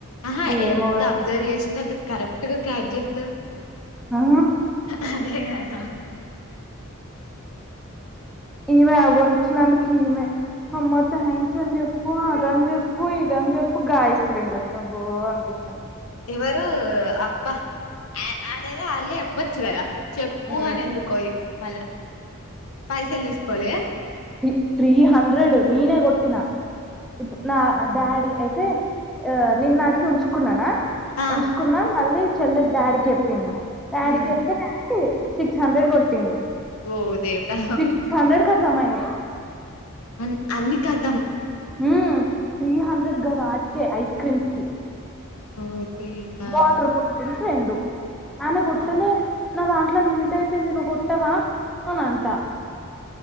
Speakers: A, on the left; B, in the centre.
A: ఆహా
B: ఏమో
A: ఎంత
B: కదా
A: అబ్జర్వ్ చేసింటే అంత కరెక్ట్ గా క్యాజ్ చేస్
B: ఆ
A: అదే కదా
B: నేన్ కూడ అవి కోనిచ్చినందుకె ఇమె హమ్మ థాంక్స్ అని చెప్పు అదని చెప్పు అని చెప్పు గా ఐస్ క్రీమ్ లక ఆబో అనిపించ
A: ఇవరు అబ్బ అదేద ఆలె చెప్పుచు కదా చెప్పు
B: హ్మ్
A: అని ఎందుకో ఇ మళ్ళ పైసలు తీసుకపోలే
B: తీ త్రీ హండ్రెడ్ నినే కొట్టిన ఇప్నా డాడీ అయితే ఆ నిన్న అడిగి ఉంచుకున్నానా
A: ఆ
B: ఉంచుకున్నా మళ్ళీ చెల్లె డాడీకి చెప్పింది డాడీకి
A: ఉమ్
B: చెప్తే డాడీ సిక్స్ హండ్రెడ్ కొట్టిండు
A: ఓ దేవుడా
B: సిక్స్ హండ్రెడ్ కతం అయినాయ్
A: అన్ అన్ని కతం
B: ఉ త్రీ హండ్రెడ్ గ వాటికే ఐస్ క్రీమ్స్ కె
A: ఓ దేవా
B: వాటర్ బోటిల్స్ రెండు ఆమె గొట్టలే
A: ఆ
B: నా దాన్ ట్ల లిమిట్ అయిపోయింది నువ్ కొట్టవా అని అంట